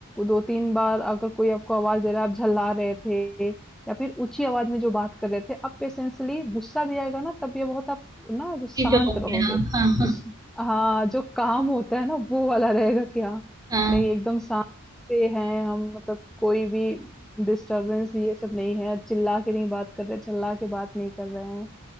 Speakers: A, in the centre; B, on the right.
A: 2-3 बार अगर कोई आपको आवाज़ दे रहा है, आप झल्ला रहे थे या फिर ऊँची आवाज़ में जो बात कर रहे थे, अब पेशेंसली गुस्सा भी आएगा ना, तब ये बहुत आप ना शांत
B: जी, चलोगे
A: रहोगे।
B: आप हाँ हाँ
A: जिस हाँ, जो काम होता है ना, वो वाला रहेगा कि हाँ,
B: हाँ
A: नहीं एकदम शांत से हैं हम, मतलब कोई भी डिस्टर्बेंस ये सब नहीं है, चिल्ला के नहीं बात कर रहे, चिल्ला के बात नहीं कर रहे हैं।